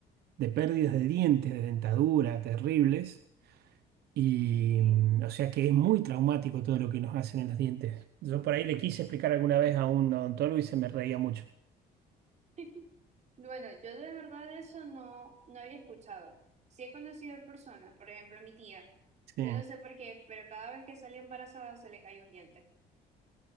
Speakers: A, on the right; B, on the right.
A: de pérdidas de dientes, de dentadura, terribles. Y
B: Eh,
A: mm, o sea que es muy traumático todo lo que nos hacen en los dientes. Yo por ahí le quise explicar alguna vez a un odontólogo y se me reía mucho.
B: <laughs> Bueno, yo de verdad eso no, no había escuchado. Sí he conocido a personas, por ejemplo, mi tía.
A: Sí.
B: Yo no sé por qué, pero cada vez que salía embarazada se le cayó un diente.